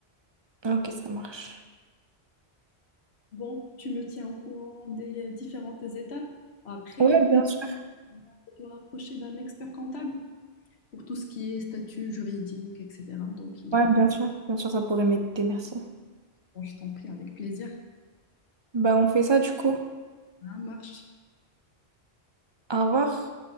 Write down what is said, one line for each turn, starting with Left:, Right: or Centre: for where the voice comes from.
Right: Ok, ça marche.
Left: Bon, tu me tiens au courant des différentes étapes. Après,
Right: Ouais, bien sûr.
Left: on peut te rapprocher d'un expert comptable pour tout ce qui est statut juridique, etc. Donc, il-
Right: Ouais, bien sûr. Bien sûr, ça pourrait m'aider, merci.
Left: bon, je t'en prie avec plaisir.
Right: Bah, on fait ça du coup.
Left: Ça marche.
Right: Au revoir.